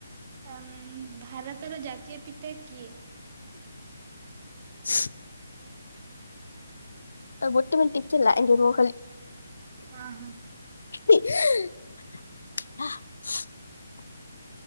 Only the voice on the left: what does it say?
<inaudible> ଆଗୋଟେମିନିଟ ଟିକେ ଲାଇନରେ ରୁହ ଖାଲି
ହ <unintelligible>